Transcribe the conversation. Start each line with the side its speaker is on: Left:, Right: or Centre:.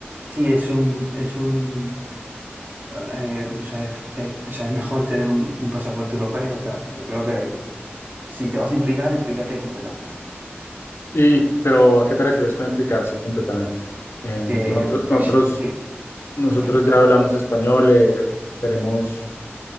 Right: sí, es un, es un, eh, o sea, es, eh, o sea, es mejor tener un, un pasaporte europeo o tal. Yo creo que si te vas a implicar, implícate completamente.
Left: Y, pero ¿a qué te refieres con implicarse completamente? Eh,
Right: Que,
Left: nosotros, nosotros,
Right: porque si- que,
Left: nosotros
Right: que-
Left: ya hablamos español, eh, tenemos